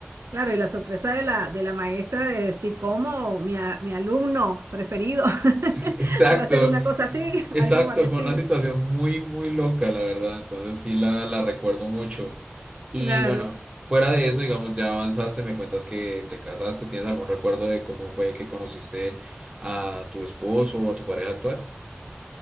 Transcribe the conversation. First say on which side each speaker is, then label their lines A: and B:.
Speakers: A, on the right; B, on the right.
A: claro, y la sorpresa de la, de la maestra de decir cómo mi, a- mi alumno preferido <laughs>
B: <laughs> Exacto,
A: va a ser una cosa así, <laughs>
B: exacto,
A: algo parecido.
B: fue una situación muy, muy loca, la verdad, entonces sí la, la recuerdo mucho. Y
A: Claro.
B: bueno, fuera de eso, digamos, ya avanzaste, me cuentas que te casaste, ¿tienes algún recuerdo de cómo fue que conociste a tu esposo o a tu pareja actual? <laughs>